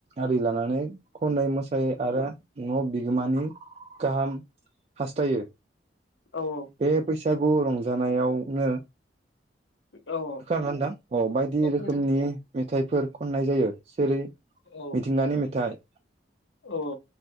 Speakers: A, on the right; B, on the left.
A: आरि लानानै खनै मोसायै आरो न बिगोमानि गाहाम हास्थायो
B: औ औ
A: बे बैसागु रंजानायावनो
B: औ
A: खोनादोंना नोंथा
B: औ
A: अ रोखोमनि
B: खोनादों खोनादों
A: मेथाइफोर खननाय जायो जेरै
B: औ
A: मिथिंगानि मेथाइ
B: औ औ